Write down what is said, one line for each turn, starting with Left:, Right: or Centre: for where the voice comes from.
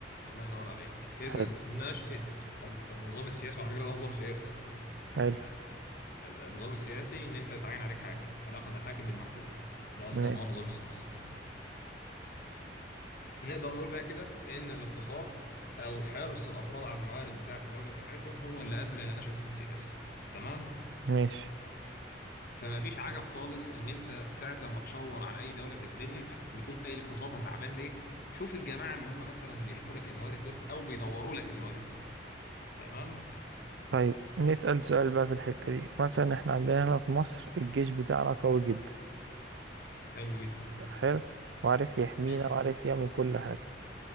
Left: الله ينور عليك اذا
Right: حلو
Left: نشأة الن- النظام السياسي وعلى فكره ده نظام سياسي
Right: حلو
Left: يعني ال- ال- النظام السياسي ان انت تعين عليك حاكم علاقه الحاكم بالمحكوم ده اصلا
Right: ماشي
Left: هو مم. النظام السياسي نقدر نقول بقى كده ان الاقتصاد او حرص الافراد على الموارد بتاعه الدوله بتاعتهم هو اللي ادى الى نشأة السياسه تمام
Right: ماشي
Left: فما فيش عجب خالص ان انت ساعه لما تشاور على اي دوله في الدنيا وتقوم قايل اقتصادها تعبان ليه شوف الجماعه اللي هم مثلا بيحموا لك الموارد دول او بيدوروا لك الموارد دي تمام
Right: طيب نسأل سؤال بقى في الحتة دي مثلا احنا عندنا هنا في مصر الجيش بتاعنا قوي جدا
Left: حلو جدا
Right: حلو وعارف يحمينا
Left: مم.
Right: وعارف يعمل كل حاجة